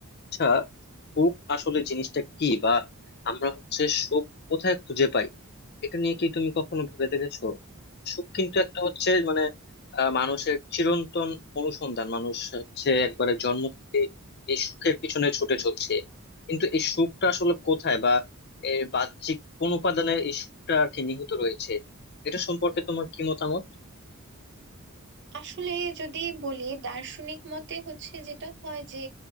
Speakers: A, on the left; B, on the right.
A: আচ্ছা সুখ আসলে জিনিসটা কি বা আমরা হচ্ছে সুখ কোথায় খুঁজে পাই এটা নিয়ে কি তুমি কখনো ভেবে দেখেছো সুখ কিন্তু একটা হচ্ছে মানে আহ, মানুষের চিরন্তন অনুসন্ধান মানুষ হচ্ছে একবারে জন্ম থেকে এই সুখের পিছনে ছুটে চলছে কিন্তু এই সুখটা আসলে কোথায় বা এর বাহ্যিক কোন উপাদানে এই সুখটা আর কি নিহিত রয়েছে এটা সম্পর্কে তোমার কি মতামত
B: আসলে যদি বলি দার্শনিক মতে হচ্ছে যেটা হয় যে